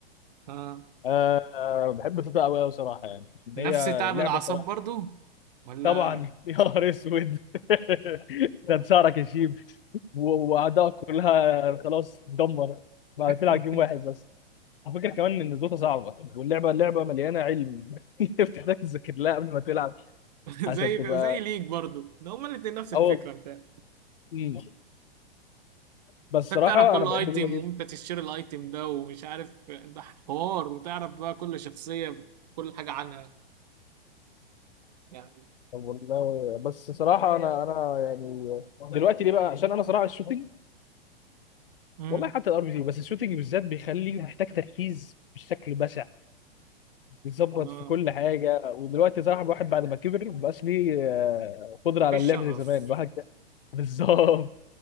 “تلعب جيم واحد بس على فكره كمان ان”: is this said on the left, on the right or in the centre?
Left